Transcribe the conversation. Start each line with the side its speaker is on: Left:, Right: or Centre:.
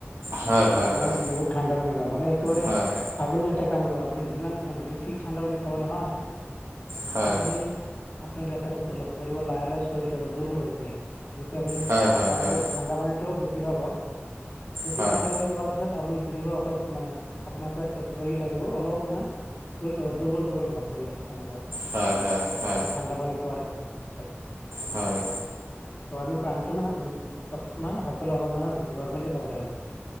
Right: হয়
Left: কিন্তু
Right: হয় হয়
Left: আমিটো বহুত ঠাণ্ডা পানী খাওঁ, মানে একেবাৰে
Right: হয়
Left: আপুনি এটা কাম কৰা আপুনি যিমান মানে বেছি ঠাণ্ডা পানী খাব নহয়,
Right: হয়
Left: আপুনি আপোনাৰ এটা বস্তু লক্ষ্য কৰিব লাহে-লাহে শৰীৰটোৰ দুৰ্বল হৈ থাকে। যেতিয়া আপুনি
Right: হয় হয়
Left: পানীতো
Right: হয়
Left: ঠাণ্ডা পানীতটো বেছি খাব, বেছি
Right: হয় হয়
Left: ঠাণ্ডা পানী খোৱাৰ পিছত আপুনি দেখিব অতপ মানে আপোনাৰ পেটটো কিবা-কিবি লাগিব অলপ মানে দুৰ্বল-দুৰ্বল ভাব হৈ যায় তেনেকুৱা।
Right: হয়, হয়, হয়।
Left: ঠাণ্ডা পানী খোৱাৰ পিছত।
Right: হয়।
Left: ত' আমি পানীটো মানে, মানে সকলো সময়ত মানে নৰ্মেলি খাব লাগে।